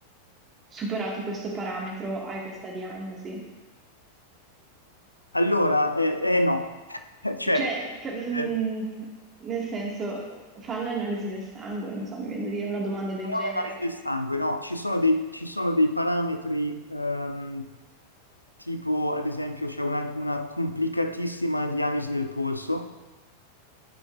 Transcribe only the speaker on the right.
superato questo parametro hai questa diagnosi.
Cioè, che- mm,
nel senso, fanno analisi del sangue, non so, mi viene da dire una domanda del genere.